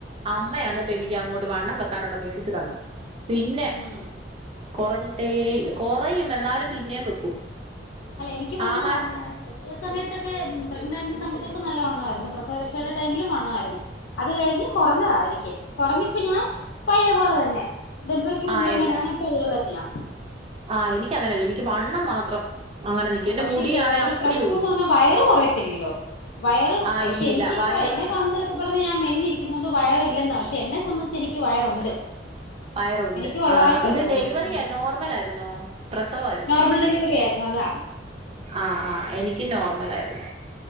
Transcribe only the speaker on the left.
ഉം
ഉം
ഉം
അല്ല എനിക്ക് വണ്ണവാ
വേ പ്രസവ സമയത്തൊക്കെ പ്രഗ്നൻറ് ആയിരുന്ന സമയത്തൊക്കെ നല്ലവണ്ണമായിയിരുന്നു പ്രസവരഷയുടെ ടൈമിലും വണ്ണം ആയിരുന്നു അത് കഴിഞ്ഞ് കുറഞ്ഞതാ എനിക്ക് കുറഞ്ഞിപ്പം ഞാൻ പഴയ പോലെ തന്നെ ഡെലിവറിക്ക് മുമ്പ്
എങ്ങനെയാണോ ഇപ്പ അതുപോലെ തന്നയാ
ആഹ്
പക്ഷെ
ഒരു
പ്രശ്നന്ന്
പറഞ്ഞാ വയറ് കുറയത്തില്ലല്ലോ വയറ്
പക്ഷേ
എനിക്കിപ്പം
എന്നെ കാണു പറഞ്ഞ് ഞാൻ മെലിഞ്ഞിരിക്കുന്നു കൊണ്ട് വയറ് ഇല്ലാന്നാ പക്ഷെ എന്നെ സംബന്ധിച്ച എനിക്ക് വയറുണ്ട്
എനിക്ക് ഉള്ളതായിട്ടാ
തോന്നുന്നേ
നോർമൽ ഡെലിവറി ആയിരുന്നു അതാ